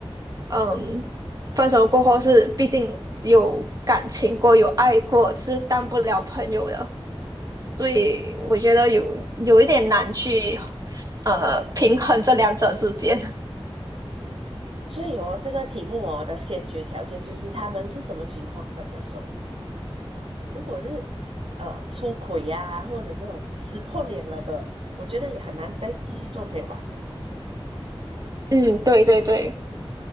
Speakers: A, on the right; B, on the right.
A: 嗯，分手过后是毕竟有感情过，有爱过，是当不了朋友的。所以我觉得有有一点难去呃平衡这两者之间。<laughs>
B: 嗯，所以哦，这个题目哦的先决条件就是他们是什么情况分的手。如果是呃出轨呀、或者那种撕破脸了的，我觉得也很难再继续做朋友吧。
A: 嗯，对对对，